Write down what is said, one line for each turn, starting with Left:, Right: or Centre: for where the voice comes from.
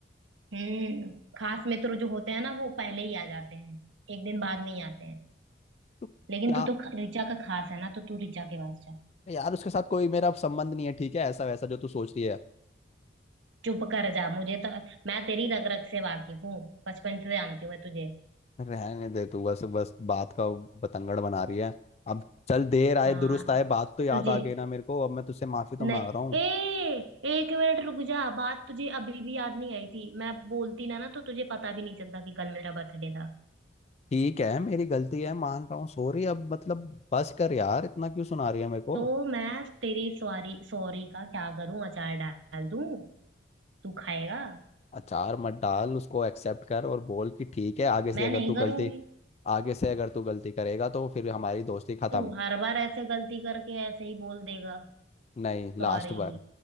Right: हम्म खास मित्र जो होते हैं ना वो पहले ही आ जाते हैं एक दिन बाद नहीं आते हैं
Left: तो
Right: लेकिन
Left: क्या
Right: तू तो ख- ऋचा का खास है ना तो तू ऋचा के पास जा
Left: यार उसके साथ कोई मेरा संबंध नहीं है ठीक है ऐसा वैसा जो तू सोच रही है
Right: चुप कर जा मुझे तो मैं तेरी रग रग से वाकिफ हूँ बचपन से जानती हूँ मैं तुझे
Left: रहने दे तू बस बस बात का बतंगड़ बना रही है अब चल देर आए
Right: हाँ
Left: दुरुस्त आए बात तो याद
Right: तुझे
Left: आ गई ना मेरे को अब मैं तुझसे माफी तो
Right: नहीं
Left: मांग रहा हूँ
Right: ए एक मिनट रुक जा बात तुझे अभी भी याद नहीं आई थी मैं बोलती ना ना तो तुझे पता भी नहीं चलता कि कल मेरा बर्थडे था
Left: ठीक है मेरी गलती है मान रहा हूँ सॉरी अब मतलब बस कर यार इतना क्यों सुना रही है मेरे को
Right: तो मैं तेरी सॉरी सॉरी का क्या करूं अचार डाल दूं तू खाएगा
Left: अचार मत डाल उसको एक्सेप्ट कर और बोल कि ठीक है आगे से
Right: मैं
Left: अगर
Right: नहीं
Left: तू
Right: करूंगी
Left: गलती आगे से अगर तू गलती करेगा तो फिर हमारी दोस्ती खत्म
Right: तू हर बार ऐसे गलती करके ऐसे ही बोल देगा
Left: नहीं
Right: सॉरी
Left: लास्ट बार